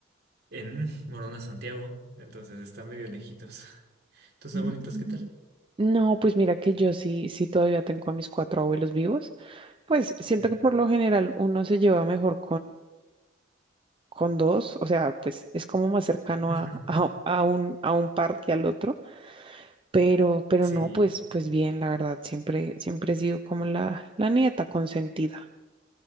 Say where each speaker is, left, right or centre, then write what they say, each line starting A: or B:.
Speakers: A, on the right; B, on the right.
A: en Morona, Santiago. Entonces están medio lejitos. <laughs> ¿Tus
B: Mm.
A: abuelitos qué tal?
B: No, pues mira que yo sí, sí todavía tengo a mis cuatro abuelos vivos. Pues siento
A: Mm.
B: que por lo general uno se lleva mejor con dos, o sea, pues es como más cercano
A: <laughs>
B: a, a- a un, a un par que al otro, pero, pero
A: Sí,
B: no, pues, pues bien, la verdad, siempre, siempre he sido como la, la nieta consentida.